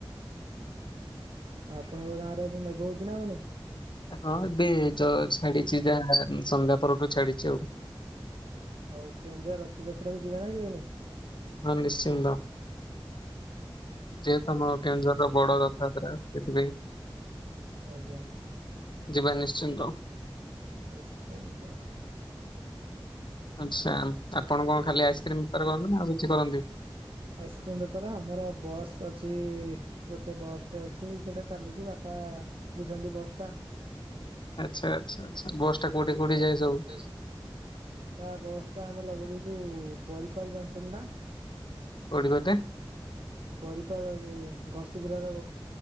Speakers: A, on the right; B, on the left.
A: ଆପଣଙ୍କ ଗାଁ ରେ ଏବେ ମେଘ ହଉଛି ନା ହୋଉନି
B: ହଁ ଏବେ ଯ ଛାଡିଛି ଯାହା ସନ୍ଧ୍ୟା ପରଠୁ ଛାଡିଛି ଆଉ
A: ଆଉ କେଉଁଝର ରଥଯାତ୍ରା କୁ ଯିବା ନା ଯିବାନି?
B: ହଁ ନିଶ୍ଚିନ୍ତ। ଯେହେତୁ ଆମ କେଉଁଝର ର ବଡ ରଥଯାତ୍ରା ସେଥିପାଇଁ
A: ଆଜ୍ଞା।
B: ଯିବା ନିଶ୍ଚିନ୍ତ।
A: ନିଶ୍ଚିନ୍ତ।
B: ଆଚ୍ଛା ଆପଣ କଣ ଖାଲି ଆଇସ୍କ୍ରିମ୍ ବେପାର କରନ୍ତୁ ନା ଆଉ କିଛି କରନ୍ତି।
A: ଆଇସ୍କ୍ରିମ ବେପାର ଆମର ବସ୍ ଅଛି ଗୋଟେ ବସ୍ ଟେ ଅଛି ସେଟା ଚାଲୁଛି ବାପା ବୁଝନ୍ତି ବସ୍ ଟା।
B: ଆଚ୍ଛା ଆଚ୍ଛା ଆଚ୍ଛା ବସଟା କଉଠି କଉଠି ଯାଏ ସବୁ।
A: <inaudible> ତା ବସ୍ ଟା ଆମେ ଲଗେଇ ଦେଇଛୁ ବରିପାଲ ଜାଣିଛନ୍ତି ନା।
B: କଉଠି କହତି।
A: ବରିପାଳ ରେ ଘଷିପୁରାର